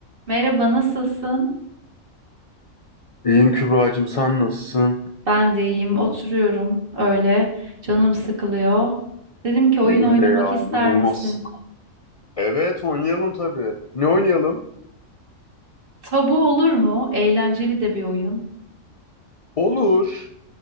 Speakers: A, on the right; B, on the left.
A: Merhaba, nasılsın?
B: İyiyim Kübra'cığım sen nasılsın?
A: Ben de iyiyim. Oturuyorum öyle. Canım sıkılıyor. Dedim ki oyun
B: Benim
A: oynamak
B: de ya
A: ister
B: inanılmaz.
A: misin?
B: sık- Evet oynayalım tabii. Ne oynayalım?
A: Tabu olur mu? Eğlenceli de bir oyun.
B: Olur.